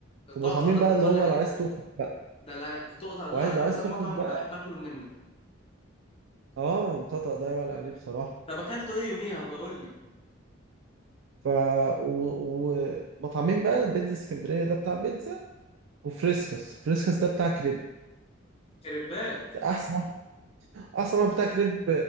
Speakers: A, on the left (about 30°); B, on the right (about 65°).
A: الطقطقة
B: ومطعمين
A: ده
B: بقى
A: انت هتقول
B: اللي هو
A: لي عليها
B: لو عايز تخرج بقى
A: ده لا تقطع ده
B: وعايز
A: انا
B: لو عايز
A: اكتر
B: تخرج
A: مطعم
B: بقى
A: بحب اكله منه
B: اه طقطق ده يعلى عليه بصراحه
A: طب اكلته ايه يوميها فقول لي
B: ف و- ومطعمين بقى بيتزا اسكندريه ده بتاع بيتزا وفريسكس فريسكس ده بتاع كريب
A: كريبات
B: احسن واحد احسن واحد بتاع كريب